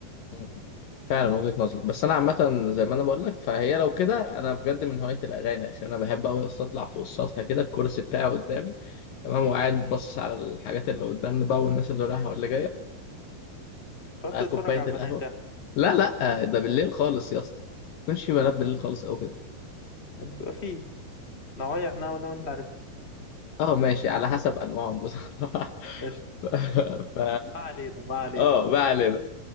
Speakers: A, on the left; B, on the left.
A: م- م. فعلا وجهة نظرك بس أنا عامة زي ما أنا بقول لك فهي لو كده أنا بجد من هواية الأغاني عشان أنا بحب أوي أصلا أطلع فوق السطح كده الكرسي بتاعي قدامي تمام وقاعد باصص على الحاجات اللي قدامنا بقى والناس اللي رايحة واللي جاية
B: تقعد
A: مع
B: تتفرج
A: كوباية
B: على البنات
A: القهوة
B: يعني
A: لا لا ده بالليل خالص يا اسطى ما يكونش في بنات بالليل خالص أو كده
B: بيبقى فيه نوايا احنا انا وانت عارف
A: أه ماشي على حسب أنواعهم بصراحة
B: قشطة
A: <laughs> ف
B: ما علينا ما علينا
A: اه ما علينا